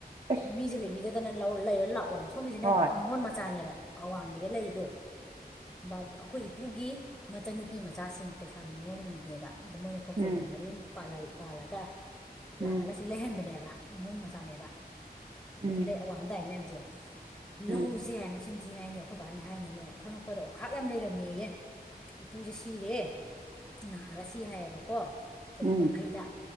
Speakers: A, on the right; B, on the left.
A: ꯑꯁ
B: ꯃꯤꯁꯦ ꯂꯩꯕꯤꯗꯗꯅ ꯂꯧ ꯂꯩꯔ ꯂꯥꯛꯑꯣꯅ ꯁꯣꯝꯒꯤꯁꯤꯅ
A: ꯍꯣꯏ
B: ꯅꯤꯡꯉꯣꯜ ꯃꯆꯥꯅꯦꯕ ꯑꯋꯥꯡꯒꯤꯗ ꯂꯩꯔꯤꯗꯣ ꯕꯥ ꯑꯩꯈꯣꯏ ꯏꯄꯨꯒꯤ ꯃꯆꯟꯅꯨꯄꯤ ꯃꯆꯥꯁꯤꯡ ꯀꯩꯁꯥꯝ ꯒꯅꯤꯉꯣꯟꯅꯦꯕ ꯑꯗ ꯃꯣꯏꯅ ꯊꯣꯛꯆꯣꯝꯅ
A: ꯎꯝ
B: ꯃꯌꯨꯝꯜ ꯄꯥꯜꯂꯒ
A: ꯎꯝ
B: ꯂꯥꯛꯑꯜꯂ ꯁꯤ ꯂꯩꯍꯟꯕꯅꯦꯕ ꯅꯤꯉꯣꯜ ꯃꯆꯥꯅꯦꯕ
A: ꯎꯝ
B: ꯁꯤꯤꯜꯂꯩ ꯑꯋꯥꯡꯝꯗꯥꯏ ꯃꯌꯥꯝꯁꯦ
A: ꯎꯝ
B: ꯂꯧꯁꯦ ꯆꯤꯟꯊꯤ ꯍꯥꯏꯅꯤ ꯑꯩꯈꯣꯏ ꯕꯥꯅ ꯍꯥꯏꯅꯤꯅꯦ ꯈꯪꯉꯛꯄꯗꯣ ꯑꯣꯈꯥꯛ ꯌꯥꯝ ꯂꯩꯔꯝꯃꯦꯌꯦ ꯏꯄꯨꯖꯦ ꯁꯤꯔꯦ ꯅꯥꯔ ꯁꯤ ꯍꯥꯏꯌꯦꯕꯀꯣ ꯆꯍꯤ
A: ꯎꯝ
B: ꯌꯥꯡꯈꯩꯗ